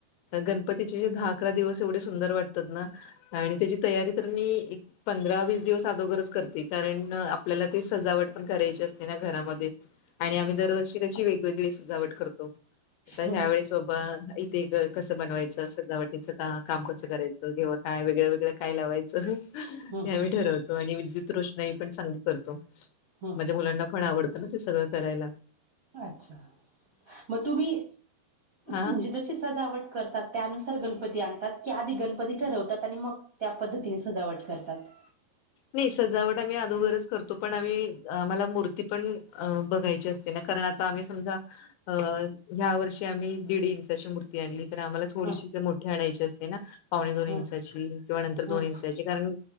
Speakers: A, on the left (about 85°); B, on the right (about 70°).
A: गणपतीचेे दहा अकरा दिवस एवढे सुंदर वाटतात ना आणि त्याची तयारी तर मी पंधरा वीस दिवस अदोगरच करते कारण आपल्याला ते सजावट पण करायची असते ना घरामध्ये आणि आम्ही दरवर्षी कशी वेगवेगळी सजावट करतो आ
B: हम्म
A: ह्यावेेळेस
B: हम्म
A: सोब इथे कसं बनवायचं सळ वाट. तिच का काम कसं करायचं किंवा काय वेगळं वेगळं काय लावायचं हे
B: हम्म
A: आम्ही
B: हम्म
A: ठरवत. आणि विद्युत रोषणाई पण चांगली करतो
B: हम्म
A: माझ्या मुलांना पण आवडतं ना ते सगळं करायला
B: अच्छा मग तुम्ही
A: हां.
B: म्हणजे ज सजावट करतात त्यानुसार गणपती आणतात की आधी गणपती ठरवतात आणि मग त्या पद्धतीने सजावट करतात.
A: नाही सजावट आम्ही अदोगरच करतो पण आम्ही आम्हाला मूर्ती पण बघायची असते ना कारण आम्ही समजा अ ह्या वर्षी आम्ही दीड इंचाची मूर्ती आणली तर आम्हाला थोडीशी
B: हम्म
A: मोठी आणायची असते ना. पाहणे दोन
B: हम्म
A: इंचाची किंवा नंतर दोन
B: हम्म
A: इंचाची कारण